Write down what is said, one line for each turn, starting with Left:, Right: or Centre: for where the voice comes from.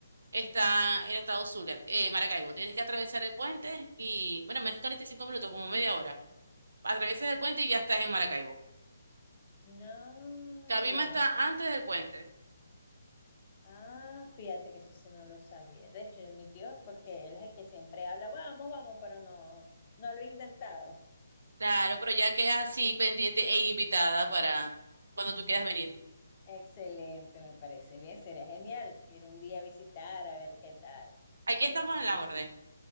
Right: está en Estados Zulia, eh, Maracaibo. Tienes que atravesar el puente y, bueno, menos 45 minutos, como media hora. Atravesas el puente y ya estás en Maracaibo.
Left: No,
Right: Cabima
Left: ya.
Right: está antes del puente.
Left: Ah, fíjate que eso sí no lo sabía. De hecho, mi tío, porque él es el que siempre habla, vamos, vamos, pero no, no lo he intentado.
Right: Claro, pero ya quedas así pendiente e invitada para cuando tú quieras venir.
Left: Excelente, me parece bien. Sería genial ir un día a visitar a ver qué tal.
Right: Aquí estamos en la orden.